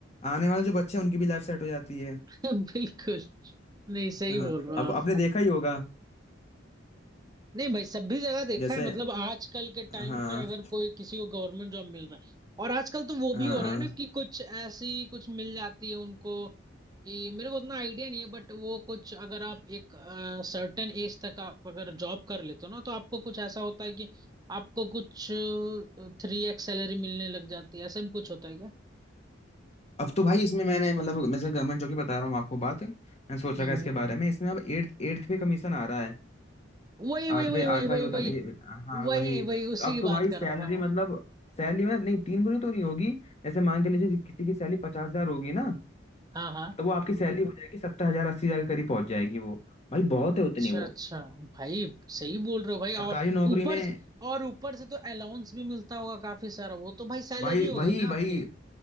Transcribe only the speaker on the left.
आने वाले जो बच्चे हैं उनकी भी लाइफ सेट हो जाती है
हाँ
अब
आपने देखा ही होगा
जैसे
हाँ
हाँ
अब तो भाई इसमें मैंने मतलब मैं गवर्नमेंट जॉब की बता रहा हूँ आपको बात मैं सोच
रखा है इसके
बारे में इसमें अब एट्थ एट्थ पे कमीशन आ रहा है
आठवें
आठवां
ही होता
ना ये हाँ
वही
तो
अब
तो भाई
सैलरी
मतलब सैलरी मतलब नहीं तीन गुनी तो नहीं होगी ऐसे मान के लीजिए किसी की सैलरी पचास हजार होगी ना
तो वो आपकी सैलरी हो जाएगी सत्तर हजार अस्सी हजार के करीब पहुंच जाएगी वो भाई बहुत
है उतनी वो
सरकारी
नौकरी
में
भाई
वही
वही